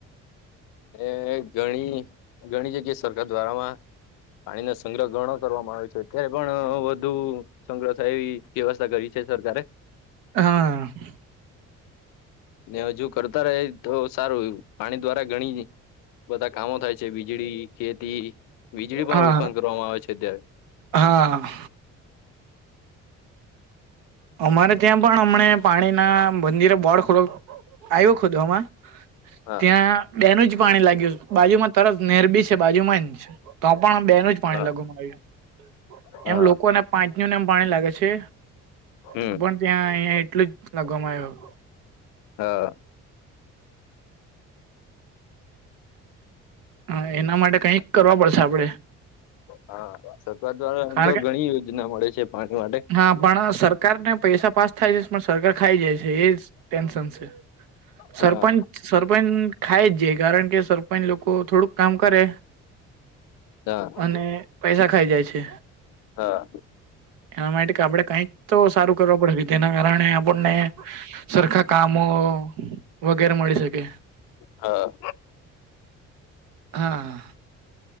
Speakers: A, on the left (about 70°); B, on the right (about 75°).
A: એ ગણી ઘણી જગ્યાએ સરકાર દ્વારામાં- પાણી ન સંગ્રહ ગણો કરવામાં આવે છે. અત્યારે પણ વધુ- સંગ્રહ થાય એવી વ્યવસ્થા કરી છે. સરકારે-
B: હા-
A: ને હજુ કરતા રહે તો સારું પાણી દ્વારા ઘણી- બધા કામો થાય છે વીજળી ખેતી વીજળી પણ
B: હા
A: ઉત્પન્ન કરવામાં આવે છે. અત્યારે-
B: હા- અમારે ત્યાં પણ અમને પાણી ના મંદિરે બોળ આવ્યો ખોમાં
A: હા
B: ત્યા બે નું જ પાણી લાગ્યું બાજુમાં તરત નેરબી છે. બાજુમાં તો પણ બે ન જ પાણી
A: હા
B: લગવામાં આવ્યું
A: હા
B: એમ લોકોને મ પાણી લાગે છે
A: હમ
B: તો પણ ત્યાં અહીયાં એટલું જ લાગવામાં આવ્યો.
A: હા-
B: હ એના માટે કઈક કરવા પડશે આપડે.
A: હા સરકાર દ્વારા આમ
B: કારણ
A: તો ઘણી યોજના મળે છે પાણી માટે.
B: કે હા પણ સરકાર ને પૈસા પાસ થાય છે પણ સરકાર ખાઈ જાય છે એજ ટેન્શન છે. સરપંચ
A: હા
B: સરપંચ ખાય જ જે કારણ કે સરપંચ લોકો થોડુંક કામ કરે
A: હા
B: અને પૈસા ખાઈ જાય છે
A: હા
B: એના માટે કે આપણે કઈક તો સારું કરવા પડે તેના કારણે આપણને સરખા કામો વગેરે મળી શકે.
A: હા-
B: હા-